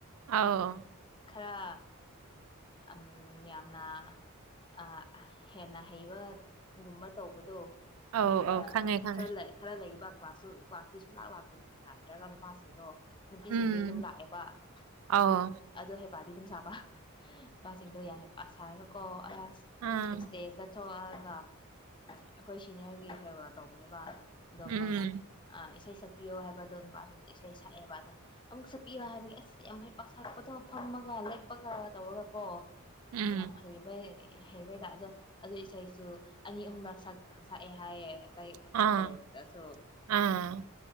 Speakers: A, on the right; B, on the left.
A: ꯑꯧ
B: ꯈꯔ ꯑꯝ ꯌꯥꯝꯅ ꯑꯥ ꯍꯦꯟꯅ ꯍꯩꯕ ꯒꯨꯝꯕ ꯇꯧꯕꯗꯣ
A: ꯑꯧ
B: ꯑꯗꯨꯒꯨꯝꯕ
A: ꯑꯧ ꯈꯪꯉꯦ ꯈꯪꯉꯦ
B: ꯈꯔ ꯂꯩ ꯈꯔ ꯂꯩꯕꯥ ꯀ꯭ꯂꯥꯁꯁꯨ ꯀ꯭ꯂꯥꯁꯇꯤ ꯁꯨꯛꯂꯥꯛ ꯂꯥꯛꯇꯕ ꯂꯥꯛ ꯅꯠꯇ꯭ꯔꯒ ꯅꯨꯄꯥꯁꯤꯡꯗꯣ ꯅꯨꯄꯤꯁꯤꯡꯗꯤ
A: ꯎꯝ
B: ꯑꯗꯨꯝ ꯂꯥꯛꯑꯦꯕ
A: ꯑꯧ
B: ꯑꯗꯨꯝ ꯑꯗꯣ ꯍꯩꯞ ꯄꯥꯗꯤ ꯑꯗꯨꯝ ꯁꯥꯕ ꯅꯨꯄꯥꯁꯤꯡꯗꯣ ꯌꯥꯏ ꯍꯩꯄꯥ ꯁꯥꯔꯒ ꯀꯣ ꯑꯁ
A: ꯑꯥ
B: ꯏꯁꯇꯦꯖꯇ ꯊꯣꯛꯑꯒ ꯑꯩꯈꯣꯏ ꯁꯤꯅꯤꯌꯔꯒꯤ ꯐꯦꯔꯋꯦꯜ ꯇꯧꯕꯅꯦꯕꯥ ꯑꯗꯣ
A: ꯎꯝ
B: ꯃꯣꯏꯅ ꯑꯥ ꯏꯁꯩ ꯁꯛꯄꯤꯌꯣ ꯍꯥꯏꯕꯗꯣ ꯑꯗꯨꯝ ꯏꯁꯩ ꯁꯛꯑꯦꯕꯥ ꯑꯗꯣ ꯑꯃꯨꯛ ꯁꯛꯄꯤꯌꯣ ꯍꯥꯏꯕꯒꯤ ꯑꯁ ꯌꯥꯝ ꯍꯩ ꯄꯥ ꯁꯔꯛꯄꯗꯣ ꯐꯝꯃꯒ ꯂꯦꯞꯄꯒ ꯇꯧꯔꯒꯀꯣ
A: ꯎꯝ
B: ꯌꯥꯝ ꯍꯩꯕꯩ ꯍꯩꯕꯩꯗ ꯑꯗꯣ ꯑꯗꯨ ꯏꯁꯩꯁꯨ ꯑꯅꯤ ꯑꯍꯨꯝꯔꯛ ꯁꯛ ꯁꯛꯑꯦ ꯍꯥꯏꯌꯦ ꯑꯇꯩ
A: ꯑꯥ
B: ꯀꯣꯂꯦꯖꯇꯁꯨ
A: ꯑꯥ